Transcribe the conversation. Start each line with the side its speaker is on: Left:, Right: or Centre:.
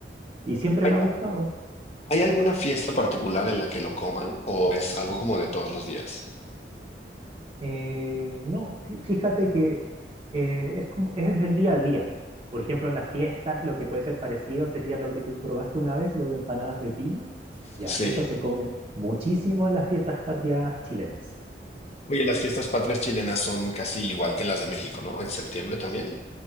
Right: y siempre
Left: ¿Hay,
Right: me ha gustado.
Left: hay alguna fiesta particular en la que lo coman o es algo como de todos los días?
Right: Eh, no, fí- fíjate que eh, es como, es del día a día. Por ejemplo, en las fiestas lo que puede ser parecido sería lo que tú probaste una vez, lo de empanadas de pino. Ya,
Left: Sí.
Right: eso se come muchísimo en las fiestas patrias chilenas.
Left: Oye, las fiestas patrias chilenas son casi igual que las de México, ¿no? En septiembre también,